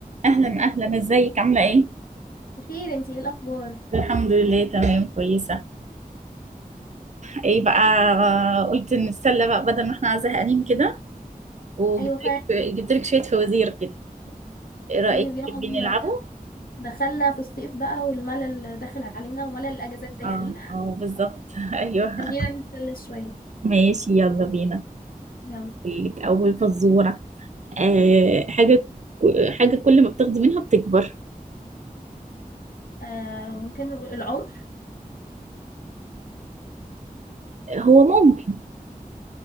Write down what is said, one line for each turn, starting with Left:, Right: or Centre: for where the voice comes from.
Right: اهلا اهلا ازيك عامله ايه
Left: بخير انتي ايه الاخبار
Right: الحمد لله تمام كويسه ايه بقى آه، قلت نتسلى بقى بدل ما احنا زهقانين كده وجبت
Left: ايوه فعلا
Right: لك جبت لك شويه فوازير كده ايه رايك
Left: طيب يلا
Right: تحبين
Left: بينا
Right: نلعبه
Left: دخلنا في الصيف بقى والملل داخل علينا وملل الاجازات داخل
Right: اه اه بالظبط <laughs> ايوه
Left: <laughs> خلينا نتسلى شويه
Right: ماشي يلا بينا
Left: يلا
Right: أقول لك اول فزوره أه حاجه حاجه كل ما بتاخدي منها بتكبر
Left: آه ممكن نقول العمر
Right: هو ممكن